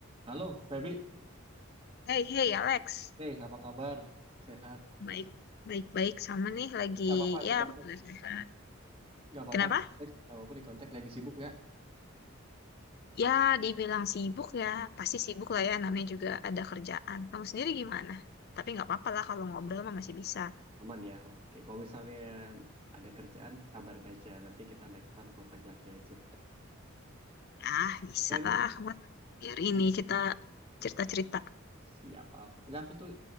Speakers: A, on the right; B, on the left.
A: Halo, Feby.
B: Hey, hey Alex,
A: Hey, apa kabar? Sehat?
B: baik, baik, baik sama nih lagi
A: Gak apa-apa
B: ya
A: di kontak.
B: aku lagi sehat.
A: Gak apa-apa
B: Kenapa?
A: di kontak. Gak apa-apa di kontak. Lagi sibuk nggak?
B: Ya, dibilang sibuk ya, pasti sibuk lah ya. Namanya juga ada kerjaan. Kamu sendiri gimana? Tapi nggak apa-apa lah kalau ngobrol mah masih bisa.
A: Aman ya. Oke. Kalau misalnya ada kerjaan, kabarin aja. Nanti kita next time kontak lagi aja.
B: Ah, bisa
A: Nah, ini
B: lah. Kamu biar ini
A: lagi
B: kita cerita-cerita.
A: siapa apa? Nggak, aku tuh